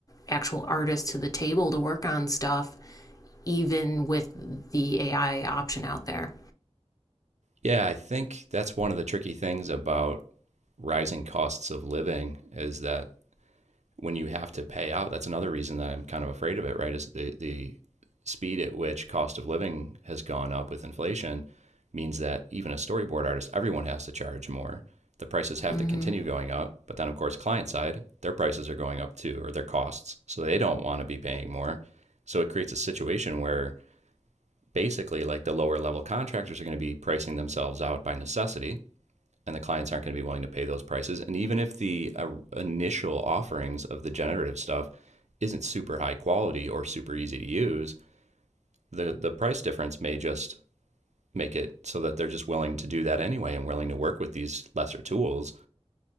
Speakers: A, on the left (about 30°); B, on the right (about 75°).
A: actual artists to the table to work on stuff, even with the AI option out there.
B: Yeah, I think that's one of the tricky things about rising costs of living is that when you have to pay out, that's another reason that I'm kind of afraid of it, right? Is the the speed at which cost of living has gone up with inflation means that even a storyboard artist, everyone has to charge more. The prices have
A: Mm-hmm.
B: to continue going up, but then of course client side, their prices are going up too or their costs, so they don't want to be paying more. So it creates a situation where basically like the lower level contractors are going to be pricing themselves out by necessity and the clients aren't going to be willing to pay those prices. And even if the uh, initial offerings of the generative stuff isn't super high quality or super easy to use, the the price difference may just make it so that they're just willing to do that anyway and willing to work with these lesser tools